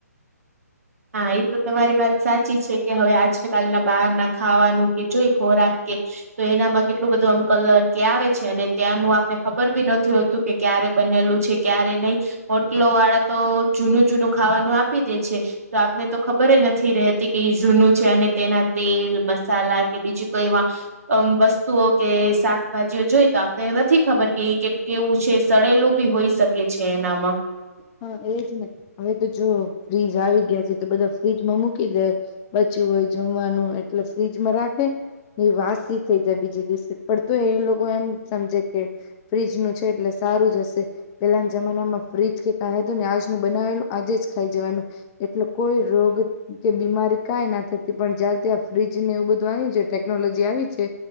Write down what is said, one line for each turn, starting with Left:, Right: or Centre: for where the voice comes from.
Right: હા એ તો તમારી વાત સાચી છે. કે હવે આજ કલના બહાર ના ખાવાનું કે જોઈ ખોરાક કે તો એનામાં કેટલું બધું આમ કલર કે આવે છે અને ત્યાંનું આપને ખબર ભી નથી હો તું કે ક્યારે બનેલું છે ક્યારે નહી હોટલો વાળા તો જૂનું જૂનું ખાવાનું આપી દે છે. તો આપને તો ખબર નથી રહેતી કે જૂનું છે અને તેના તેલ મસાલા કે બીજી કોઈ અમ વસ્તુઓ કે શાકભાજીઓ જોઈ તો આપને નથી ખબર કે કેટ કેવું છે સળેલું બી હોઈ શકે છે એનામાં.
Left: હા એજ ને હવે તો જો ફ્રીજ આવી ગયા છે તો બધા ફ્રીજમાં મૂકી દે બચ્યું હોય જમવાનું એટલે ફ્રીજમાં રાખે ઈ વાસી થઈ જાય બીજે દિવસે પણ તો એ લોકો એમ સમજે કે ફ્રીજ નું છે એટલે સારું જ હશે પેલાના જમાનામાં ફ્રીજ કે તો ને આજનું બનાવેલું આજે જ ખાઈ જવાનું એટલે કોઈ રોગ કે બીમારી કાઈ ના થતી પણ જ્યાર થી આ ફ્રીજ ને એવું બધું આવ્યું છે ટેકનોલોજી આવી છે